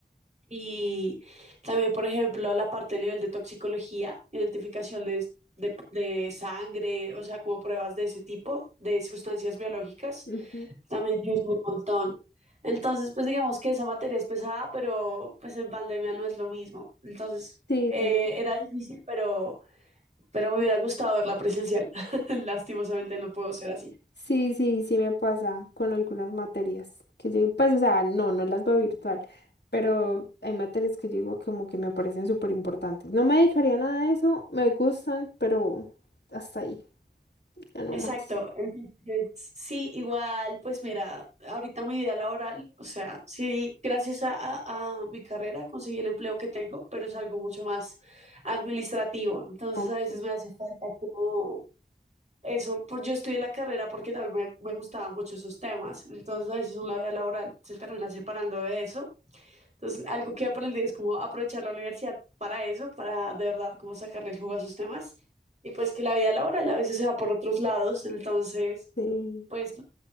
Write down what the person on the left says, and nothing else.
ok.
Ujú.
Sí,
te entiendo.
Sí, sí, sí me pasa con algunas materias que yo digo, pues, o sea, no, no las veo virtual, pero hay materias que yo digo como que me parecen súper importantes. No me dedicaría a nada de eso, me gustan, pero hasta ahí, ya no
más.
Ok.
Sí.
<laughs>